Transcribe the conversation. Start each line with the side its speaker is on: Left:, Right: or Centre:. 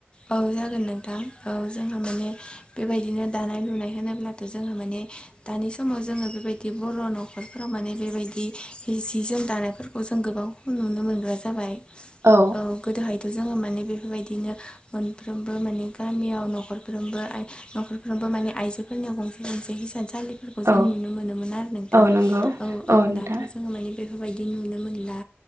Left: औ जागोन नोंथां औ जोंहा माने बेबायदिनो दानाय लुनाय होनोब्लाथ' जोंहा माने दानि समाव जोङो बेबायदि बर' न'खरफोराव माने बेबायदि हि जि जोम दानायफोरखौ जों गोबाव नुनो मोनग्रा जाबाय
Right: औ
Left: औ गोदोहायथ' जोङो माने बे बेबायदिनो मोनफ्रोमबो माने गामियाव न'खरफ्रोमबो आ न'खरफ्रोमबो माने आइजो फोरनियाव गंसे गंसे हिसानसालिफोरखौ जों
Right: औ
Left: नुनो मोनोमोन आरो नोंथां
Right: औ नंगौ
Left: औ औ
Right: नोंथां
Left: दाथ' जों जोङो माने बेफोरबायदि नुनो मोनला